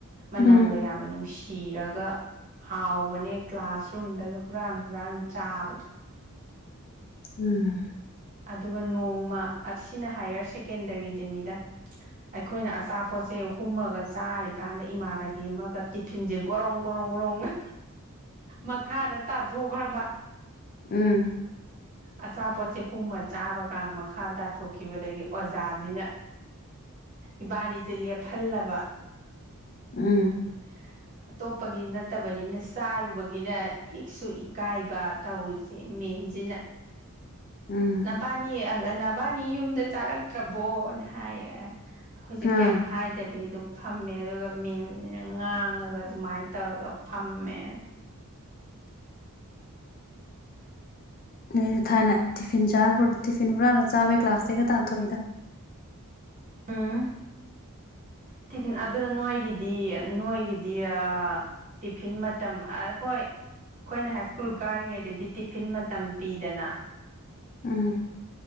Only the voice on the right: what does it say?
ꯃꯅꯝꯒ
ꯌꯥꯝ ꯅꯨꯡꯁꯤ꯫ ꯀꯤꯔꯒ ꯍꯥꯎꯕꯅꯦ ꯀ꯭ꯂꯥꯁꯔꯨꯝꯗꯒ ꯍꯨꯔꯥꯟ-ꯍꯨꯔꯥꯟ ꯆꯥꯕꯗꫬ꯫
ꯑꯗꯨꯒ ꯅꯣꯡꯃ ꯑꯁꯤꯅ ꯍꯥꯏꯌꯔ ꯁꯦꯀꯦꯟꯗꯔꯤꯗꯅꯤꯗ꯫ ꯑꯩꯈꯣꯏꯅ ꯑꯆꯥꯄꯣꯠꯁꯦ ꯍꯨꯝꯃꯒ ꯆꯥꯔꯤꯀꯥꯟꯗ ꯏꯃꯥꯟꯅꯕꯤ ꯑꯃꯒ ꯇꯤꯐꯤꯟꯁꯦ ꯒꯣꯔꯣꯡ-ꯒꯣꯔꯣꯡ ꯈꯣꯡꯒ꯭ꯔꯣꯡꯅ ꯃꯈꯥꯗ ꯇꯥꯊꯣꯛꯈ꯭ꯔꯕ꯫
ꯑꯆꯥꯄꯣꯠꯁꯦ ꯍꯨꯝꯃ ꯆꯥꯕ ꯀꯥꯟꯗ ꯃꯈꯥ ꯇꯥꯊꯣꯛꯈꯤꯕꯗꯒꯤ ꯑꯣꯖꯥꯁꯤꯅ ꯏꯕꯥꯅꯤꯁꯦ ꯂꯦꯞꯍꯜꯂꯕ꯫
<inaudible> ꯑꯇꯣꯞꯄꯒꯤ ꯅꯠꯇꯕꯅꯤꯅ ꯆꯥꯔꯨꯕꯒꯤꯅ ꯏꯛꯁꯨ ꯏꯀꯥꯏꯕ ꯇꯧꯔꯤꯁꯦ ꯃꯦꯝ ꯖꯤꯅ
ꯅꯄꯥꯅꯤ ꯅꯕꯥꯅꯤ ꯌꯨꯝꯗ ꯆꯥꯔꯛꯇ꯭ꯔꯕꯣꯅ ꯍꯥꯏꯌꯦ꯫ ꯑꯩꯈꯣꯏꯁꯦ
ꯀꯩꯝ ꯍꯥꯏꯗꯕꯤ ꯑꯗꯨꯝ ꯐꯝꯃꯦ ꯑꯗꯨꯒ ꯃꯦꯝ ꯅꯤꯅ ꯉꯥꯡꯑꯒ ꯑꯗꯨꯃꯥꯏꯅ ꯇꯧꯔꯒ ꯐꯝꯃꯦ꯫
ꯎꯝ ꯇꯤꯐꯤꯟ ꯑꯗꯨ ꯅꯣꯏꯒꯤꯗꯤ ꯅꯣꯏꯒꯤꯗꯤ ꯑ ꯇꯤꯐꯤꯟ ꯃꯇꯝ ꯍꯣꯏ ꯑꯩꯈꯣꯏꯅ ꯍꯥꯏ ꯁ꯭ꯀꯨꯜ ꯀꯥꯔꯤꯉꯩꯗꯗꯤ ꯇꯤꯐꯤꯟ ꯃꯇꯝ ꯄꯤꯗꯅ